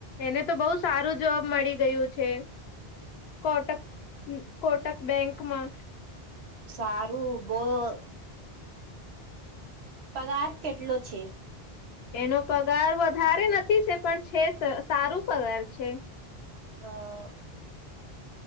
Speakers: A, on the left; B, on the right.
A: એને તો બહુ સારુ, જોબ મળી ગયુ છે. કોટ, અં કોટક બેંકમા
B: સારુ, બહ પગાર કેટલો છે.
A: એનો પગાર વધારે નથી છે, પણ છે, સ સારું પગાર છે.
B: અ